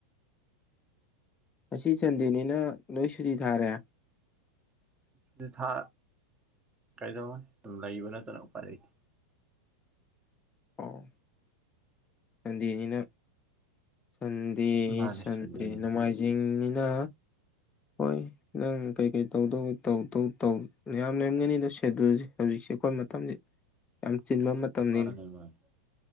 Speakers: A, on the left (about 20°); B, on the right (about 20°).
A: ꯉꯁꯤ ꯁꯟꯗꯦꯅꯤꯅ ꯅꯣꯏ ꯁꯨꯇꯤ ꯊꯥꯔꯦ
B: ꯁꯨꯇꯤ ꯊꯥ ꯀꯩꯗꯧ ꯁꯨꯝ ꯂꯩꯕ ꯅꯠꯇꯅ ꯎꯄꯥꯏ ꯂꯩꯇꯦ
A: ꯑꯥꯎ ꯁꯟꯗꯦꯅꯤꯅ ꯁꯟꯗꯦ
B: ꯃꯥꯅꯦ
A: ꯁꯟꯗꯦ
B: ꯁꯟꯗꯦꯅꯤ
A: ꯅꯣꯡꯃꯥꯏꯖꯤꯡꯅꯤꯅ ꯍꯣꯏ ꯅꯪ ꯀꯩꯀꯩ ꯇꯧꯗꯧꯕ ꯇꯧ ꯌꯥꯝ ꯂꯩꯦꯝꯒꯅꯤꯗꯣ ꯁꯦꯗꯨꯜꯁꯦ ꯍꯧꯖꯤꯛꯁꯦ ꯑꯩꯈꯣꯏ ꯃꯇꯝꯁꯤ ꯌꯥꯝ ꯆꯤꯟꯕ ꯃꯇꯝꯅꯤ
B: ꯃꯥꯅꯦ ꯃꯥꯅꯦ